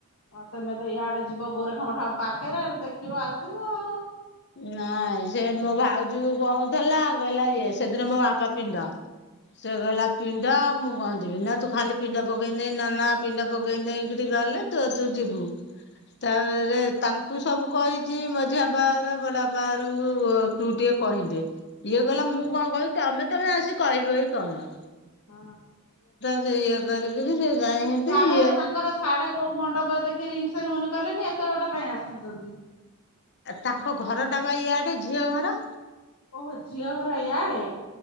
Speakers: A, on the left (about 75°); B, on the left (about 50°).
A: ହଁ ତମେ ତ ଇଆଡେ ଯିବ ଗୋରେଖମଠ ପାଖରେ ଦେଖିବ ଆସିବ ଆଉ।
B: ନାଇଁ ସେ ମୋ ଭାଉଜ‌କୁ କୋହୁଥିଲା କହିଲା ଏ ସେଦିନ ମୋ ବାପା ପିଣ୍ଡ। ସେଗଲା ପିଣ୍ଡ ଆଉ ମୁଁ କଣ ଜିବି ନା ତୁ ଖାଲି ପିଣ୍ଡ ପକେଇଦେ ନନା ପିଣ୍ଡ ପକେଇ ଦେଇକିରି ଗଲେ ତୋର ତୁ ଯିବୁ ତାପରେ ତାଙ୍କୁ ସବୁ କହିଚି ମଝିଆ ବା ର ବଡ ବାପାରଙ୍କୁ ତୁ ଟିକେ କହିଦେ ଇଏ କହିଲା
A: ଆଉ।
B: ମୁଁ କଣ କହିବି ତମେ ତମେ ଆସି କହିବି କି କଣ।
A: ହଁ।
B: ସେଇୟା କରିକିରି ସେ ଯାଇଛନ୍ତି
A: ସାଡେ
B: ଇଏ
A: ତାଙ୍କର ସାଡେ କୋଉ ମଣ୍ଡପରେ ଦେଖି ରିଙ୍ଗ ସେରିମନି କଲେନି ଏ ଏତେ ବାଟ କାଇଁ ଆସୁଚନ୍ତି।
B: ତାଙ୍କ ଘର ଟା ବା ଇଆଡେ ଝିଅ ଘର।
A: ଓହୋ ଝିଅ ଘର ଇଆଡେ।